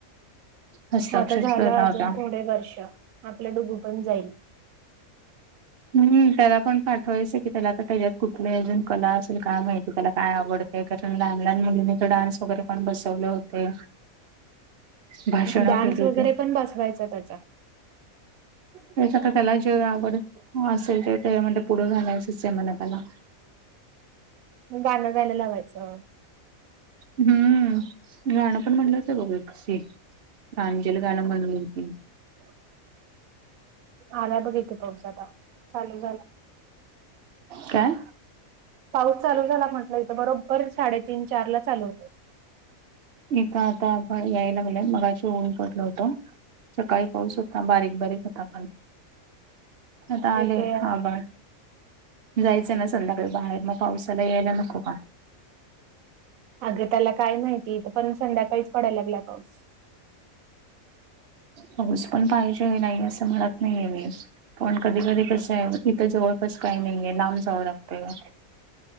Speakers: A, on the right; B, on the right.
A: हस्ताक्षर
B: हो आता झालं
A: स्पर्धा
B: अजून
A: होत्या
B: थोडे वर्ष आपलं डुगु पण जाईल.
A: हम्म त्याला पण पाठवायचं की त्याला आ त्याच्यात कुठली अजून कला असेल काय माहिती त्याला काय आवडत. ते काय तर लहान लहान मुलींनी तर डान्स वगैरे पण बसवले होते. भाषणं
B: डान्स
A: केली होती
B: वगैरे पण बसवायचा त्याचा.
A: त्याच आता त्याला जे आवड हो असेल ते ते म्हणजे पुढं घालायचं से म्हणाकाला.
B: गाणं गायला लावायचं.
A: हम्म गाणं पण म्हणलं होत <unintelligible> प्रांजल गाणं म्हणून होती.
B: <inaudible> आला बघ इथ पाऊस आता चालू झाला.
A: काय?
B: पाऊस चालू झाला म्हटलं इथं बरोबर साडेतीन चार ला चालू होतो.
A: इथ आता पहा यायला लागलंय मगाशी ऊन पडलं होत. सकाळी पाऊस होता बारीक बारीक होता पण
B: <inaudible>
A: आता आले
B: इथे
A: आबाळ. जायचं ना संध्याकाळी बाहेर मग पावसाला यायला नको का?
B: अगं त्याला काय माहिती इथ पण संध्याकाळीच पडायला लागलाय पाऊस.
A: पाऊस पण पाहिजे नाही असं म्हणत नाहीये मी. पण कधी कधी कसं आहे इथं जवळपास काही नाहीये लांब जावं लागतं.